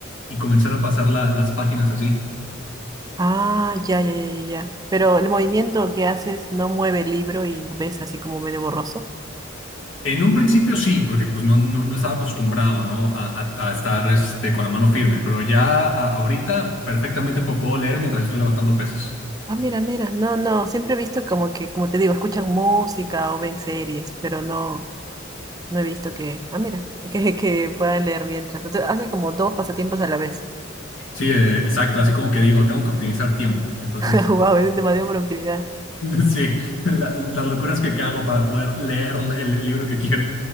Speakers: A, on the left; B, on the right.
A: y comenzar a pasar la- las páginas así.
B: Ah, ya, ya, ya, ya, ya. Pero el movimiento que haces no mueve el libro y ves así como medio borroso.
A: En un principio sí, porque pues no, no, no estaba acostumbrado, ¿no? A, a- a estar este, con la mano firme, pero ya a- ahorita perfectamente pu- puedo leer mientras estoy levantando pesas.
B: Ah, mira, mira. No, no. Siempre he visto como que, como te digo, escuchan música o ven series, pero no, no he visto que, ah, mira, <laughs> que, que puedan leer mientras. Entonces, hace como dos pasatiempos a la vez.
A: Sí, eh, exacto, así como que digo, tengo que optimizar tiempo, entonces...
B: <laughs> Wow, es demasiada productividad.
A: <laughs> Sí, la- las locuras que, que hago para poder leer el, el libro que quiero.